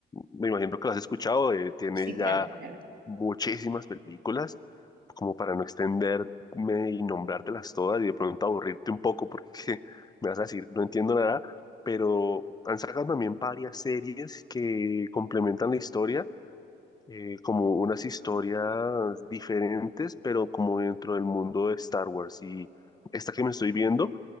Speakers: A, on the left; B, on the right.
A: me imagino que lo has escuchado, eh, tiene
B: Sí,
A: ya
B: claro, claro.
A: muchísimas películas, como para no extenderme y nombrártelas todas y de pronto aburrirte un poco porque <laughs> me vas a decir, no entiendo nada, pero han sacado también varias series que complementan la historia eh, como unas historias diferentes, pero como dentro del mundo de Star Wars. Y esta que me estoy viendo